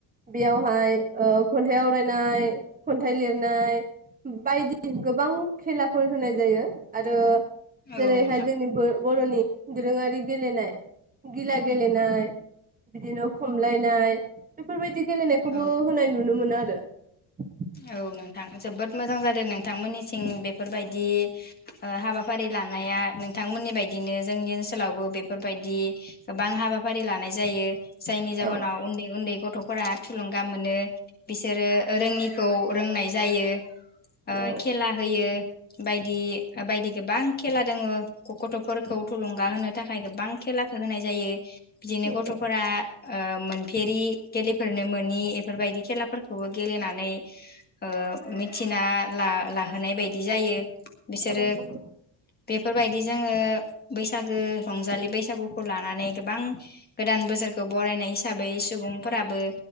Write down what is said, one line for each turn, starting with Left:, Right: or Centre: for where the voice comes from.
Right: बेयावहाय ओ खन्थाइ आवरायनाय खन्थाइ लिरनाय बायदि गोबां खेलाफोर होनाय जायो आरो
Left: औ
Right: जेरैहाय
Left: नोंथां
Right: जोंनि बोर बरनि दोरोङारि गेलेनाय गिला गेलेनाय बिदिनो खमलायनाय बेफोरबायदि बिदि गेलेनायखौबो
Left: औ
Right: होनाय नुनो मोनो आरो <unintelligible>
Left: औ नोंथां जोबोद मोजां जादों नोंथांमोननिसिं बेफोरबायदि आ हाबाफारि लानाया नोंथांमोननि बायदिनो जोंनि ओनसोलावबो बेफोरबायदि गोबां हाबाफारि लानाय जायो । जायनि जाहोनाव
Right: औ औ
Left: उन्दै उन्दै गथ औबोरा थुलुं गा मोनो बिसोरो रोंङि खौ रोंनाय जायो । ओ
Right: औ
Left: खेला होयो बायदि बायदि गोबां खेला दङो गथफोरखौ थुलुंगा होनो थाखाय गोबां खेलाखौ होनाय जायो। बिदिनो
Right: नंगौ
Left: गथफोरा ओ मोनफेरि गेलेफोरनो मोनि एफोरबायदि खेलाफोरखौबो गेलेनानै ओ मिथिना ला लाहोनाय बायदि जायो । बिसोरो
Right: औ नंगौ
Left: बेफोरबायदि जोङो बैसागो रंजालि बैसागुखौ लानानै गोबां गोदान बोसोरखौ बरायनाय हिसाबै सुबुंफोराबो